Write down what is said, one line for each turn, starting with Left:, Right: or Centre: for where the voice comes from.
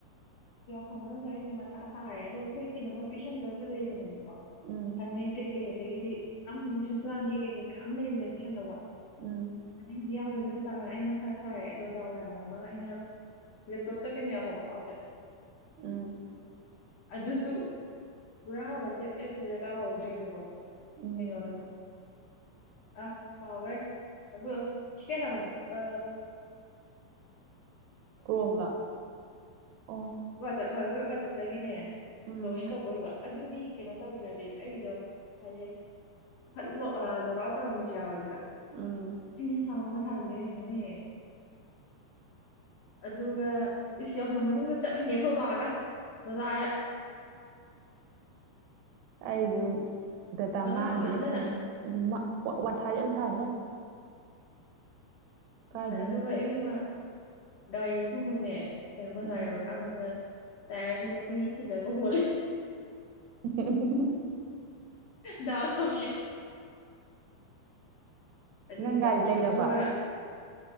Left: ꯃꯅꯨꯡꯗ ꯑꯩꯁꯦ ꯃꯊꯥ ꯁꯥꯔꯦ ꯑꯗꯣ ꯑꯩꯈꯣꯏ ꯀꯩꯅꯣꯃ ꯄꯤꯤꯁꯟꯗꯕꯁꯨ ꯂꯩꯕꯅꯦꯕꯀꯣ
Right: ꯎꯝ
Left: ꯑꯦꯁꯥꯏꯟꯃꯦꯟ ꯀꯩ ꯦ ꯑꯗꯒꯤꯗꯤ ꯑ ꯁ ꯇꯥꯟꯒꯦ ꯀꯩꯀꯩ ꯃꯌꯥꯝ ꯂꯩꯕꯅꯦ ꯄꯁ ꯑꯅꯧꯕ
Right: ꯎꯝ
Left: ꯑꯗꯒꯤꯗꯤ ꯌꯥꯎꯋꯦ ꯇꯥ ꯑꯩ ꯃꯊꯥ ꯁꯥꯔꯛꯑꯦꯗꯣ ꯗꯥꯎꯋꯦ ꯍꯥꯏꯕ ꯑꯃ ꯑꯩꯅ ꯦꯞꯇꯞꯇꯗꯤꯅꯦ ꯍꯕ ꯋꯥꯆꯦ
Right: ꯎꯝ
Left: ꯑꯗꯨꯁꯨ ꯄꯨꯔꯥ ꯋꯥꯆꯦꯞ ꯑꯦꯞꯇꯨꯗ ꯇꯧꯍꯧꯗ꯭ꯔꯦꯕꯀꯣ
Right: ꯎꯝ
Left: ꯀꯩꯅ ꯑꯣꯗ ꯑ ꯐꯥꯎꯔꯦ ꯑꯗꯨꯕꯣ ꯁꯤ ꯀꯩ ꯍꯥꯏꯕꯅꯣ ꯑ
Right: <unintelligible> ꯔꯣꯕ ꯑꯣ
Left: ꯆ ꯐꯣꯏ ꯍꯣꯏ ꯕꯥ ꯆꯠꯇꯒꯤꯅꯦ
Right: ꯎꯝ
Left: ꯂꯣꯒ ꯏꯟ ꯇꯧꯕꯣꯏꯕ ꯑꯗꯨꯗꯤ ꯀꯩꯅꯣ ꯇꯧꯗ꯭ꯔꯗꯤ ꯑꯩꯗꯣ ꯍꯥꯏꯔꯛꯑꯦ ꯂꯣꯛ ꯑꯥꯎꯠ ꯇꯧꯔꯝꯕꯁꯨ ꯌꯥꯎꯋꯤꯗꯅ
Right: ꯎꯝ
Left: ꯁꯤꯁ ꯁꯥꯎ ꯊꯥꯁꯦ ꯀꯩꯅꯣꯅꯦꯍꯦ ꯑꯗꯨꯒ ꯏꯁ ꯌꯥꯎꯁꯪ ꯃꯅꯨꯡꯗ ꯆꯠ ꯅꯒꯣꯕꯒ ꯕꯖꯔ
Right: ꯑꯩꯁꯨ ꯗꯇꯥ
Left: ꯃꯊꯥ
Right: ꯃꯥꯡꯒꯦꯅꯦ
Left: ꯁꯥꯃꯟꯗꯅ
Right: ꯈꯟꯕꯗ ꯑꯗꯨꯝ ꯋꯥꯟꯊꯥꯗꯤ ꯌꯥꯝ ꯁꯥꯏꯌꯦꯦ ꯀꯥꯏꯗꯩꯅꯣ
Left: ꯍꯣꯏ ꯑꯗꯨꯒ ꯏꯕꯦꯝꯃ ꯒꯥꯔꯤꯁꯨ ꯑꯃꯨꯛꯅꯦ ꯀꯩꯅꯣꯃ
Right: ꯎꯝ
Left: ꯂ ꯌꯨꯔ ꯀꯥꯟꯁꯤꯗ ꯇꯥꯏꯗꯤ ꯄꯤꯒ ꯍꯣ
Right: ꯝ
Left: ꯗ ꯍꯁ ꯑꯗꯨꯏꯗꯥꯑꯣꯣ
Right: ꯅꯪ ꯒꯥꯔꯤ ꯂꯩꯔꯕ
Left: ꯑꯗꯨꯒ